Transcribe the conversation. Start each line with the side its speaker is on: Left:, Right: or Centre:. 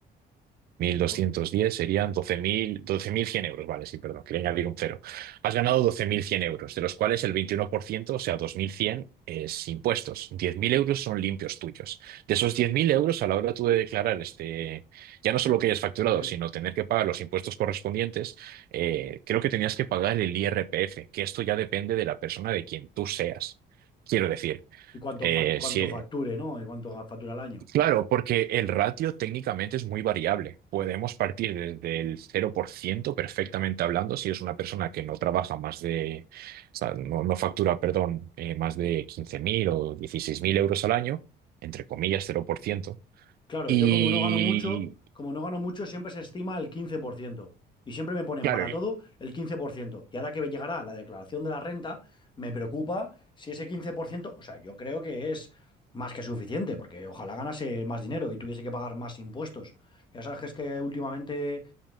Right: mil doscientos
Left: Por...
Right: diez serían doce doce mil doce mil cien euros, vale, sí, perdón, quería añadir un cero. Has ganado 12.100 euros, de los cuales el 21%, o sea, 2.100 es impuestos. diez mil euros son limpios tuyos. De esos 10.000 euros, a la hora tú de declarar este, ya no solo que hayas facturado,
Left: sí.
Right: sino tener que pagar los impuestos correspondientes, eh, creo que tenías que pagar el IRPF, que esto ya depende de la persona de quien tú seas. Quiero decir,
Left: Y cuánto,
Right: eh,
Left: fa- cuánto
Right: si,
Left: facture, ¿no? Y cuánto factura al año.
Right: Claro, porque el ratio técnicamente es muy variable. Podemos partir desde el cero por ciento, perfectamente hablando, si es una persona que no trabaja más de, o sea, no, no factura, perdón, eh, más de 15.000 o 16.000 euros al año, entre comillas, cero por ciento.
Left: Claro,
Right: Y
Left: yo como no gano mucho, como no gano mucho, siempre se estima el quince por ciento Y siempre me ponen
Right: claro,
Left: para todo el 15%. Y ahora que llegará la declaración de la renta, me preocupa si ese 15%, o sea, yo creo que es más que suficiente, porque ojalá ganase más dinero y tuviese que pagar más impuestos. Ya sabes que es que últimamente